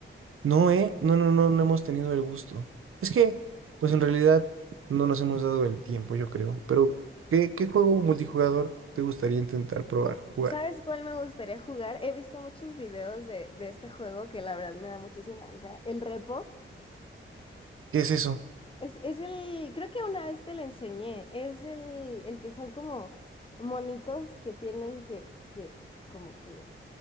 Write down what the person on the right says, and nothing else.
No, eh, no, no, no, no hemos tenido el gusto. Es que, pues en realidad no nos hemos dado el tiempo, yo creo. Pero, ¿qué, qué juego multijugador te gustaría intentar probar, jugar?
¿Qué es eso?